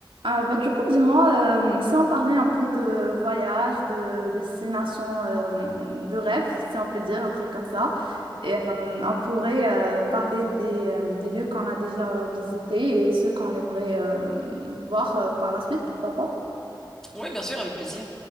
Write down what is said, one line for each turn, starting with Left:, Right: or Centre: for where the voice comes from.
Right: Ah, bah, du coup, dis-moi, euh, si on parlait un peu de voyage, de destination euh, de rêve, si on peut dire, un truc comme ça, et euh, on pourrait euh, parler des, euh, des lieux qu'on a déjà visités et ceux qu'on aimerait euh, voir euh, par la suite, pourquoi pas?
Centre: Oui, bien sûr, avec plaisir.